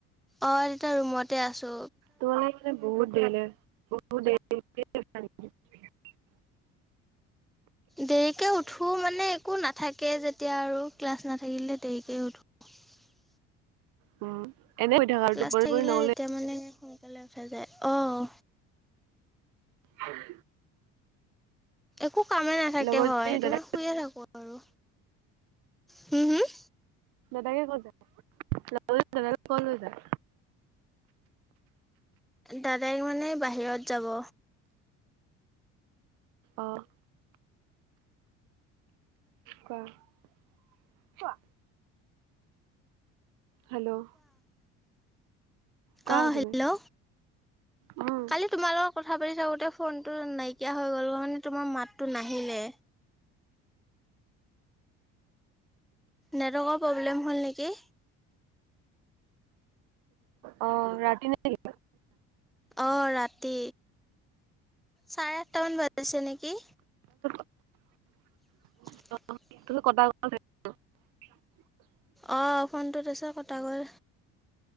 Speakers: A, in the centre; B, on the right.
A: অ' তেতিয় ৰুমতে আছো।
B: তোম মে বহুত দেৰি বহুত দে <unintelligible>
A: দেৰিকে উঠো মানে একো নাথাকে যেতিয়া আৰু ক্লাছ নাথাকিলে দেৰিকে উঠো <unintelligible>
B: উম এনে হৈ থাকা আৰু
A: ক্লাছ
B: টোপনি
A: থাকিলে
B: চোপনি নগলে
A: তেতিয়া মানে সোনকালে উঠা যায় অঁ
B: হয়
A: একো কামে নাথাকে
B: লগৰজনী
A: হয় তাৰ
B: দাদাক
A: মানে শুইয়ে থাকো আৰু হম হম
B: দাদাকে কত যায় ল কল হৈ যায়
A: দাদাইক মানে বাহিৰত যাব
B: আহ ক কোৱা হেল্ল' কোৱা
A: অ
B: তুমি
A: হেল্ল'
B: উম
A: কালি তোমাৰ লগত কথা পাতি থাকোঁতে ফোনটো নাইকিয়া হৈ গ'ল মানে তোমাৰ মাতটো নাহিলে নেটৱৰ্কৰ প্ৰব্লেম হ'ল নেকি
B: অ ৰাতি ন
A: অ ৰাতি চাৰে আঠটামান বাজিছে নেকি
B: <inaudible>
A: <inaudible>
B: <inaudible>
A: অ ফোনটো তাছত কটা গ'ল